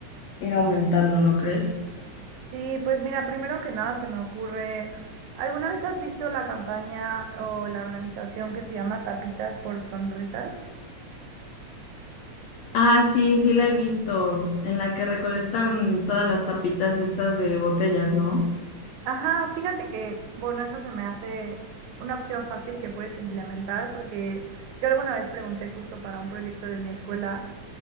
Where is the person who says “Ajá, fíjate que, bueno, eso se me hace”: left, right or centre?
Right